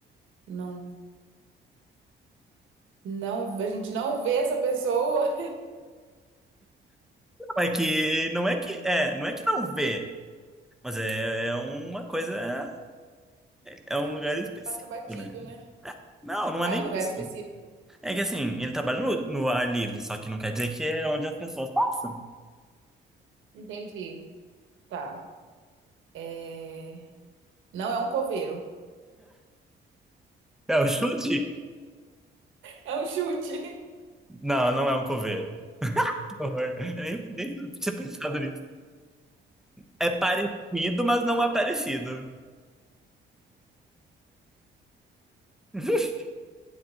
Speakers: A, on the right; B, in the centre.
A: não, não, a gente não vê essa pessoa <laughs>
B: não é que não é que é, não é que não vê, mas é, é uma coisa, é um lugar específico,
A: que passa batido,
B: né?
A: né?
B: Não, não
A: Ah,
B: é nem
A: é um lugar
B: isso.
A: específico.
B: É que assim, ele trabalha no, no ar livre, só que não quer dizer que é onde as pessoas passam.
A: Entendi. Tá. É... Não é um coveiro. <laughs>
B: É o chute?
A: É um chute.
B: Não, não é um coveiro. Que horror. Eu nem, nem tinha pensado nisso. É parecido, mas não é parecido. <laughs>